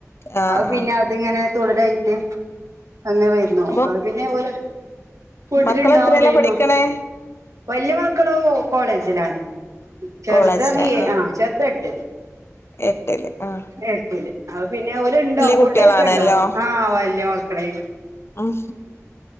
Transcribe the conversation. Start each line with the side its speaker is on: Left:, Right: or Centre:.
Left: ആഹ്
Right: അതു
Left: ആഹ്
Right: പിന്നെ അതിങ്ങനെ തുടരായിട്ട് അങ്ങനെവരുന്നോ
Left: അപ്പൊ
Right: അതു പിന്നെഓല്‌ ഫുഡിനുണ്ടാവും
Left: മക്കളെത്രേലാ
Right: ചെയ്യുമ്മ
Left: പഠിക്കണേ
Right: വലിയമക്കളു കോ.. കോളേജിലാണ്. ചെറുതാണ്,
Left: കോളേജില് ആഹ്
Right: ആ.. ചെറുതെട്ടില്.
Left: എട്ടില്, ആ..
Right: എട്ടില് അ.. പിന്നെഓലുണ്ടാവും ഫുഡൊക്കെയുണ്ടാവും,
Left: കുട്ടികളാണല്ലോ
Right: ആ.. വലിയ മക്കടെകൈയ്യില്
Left: ഉം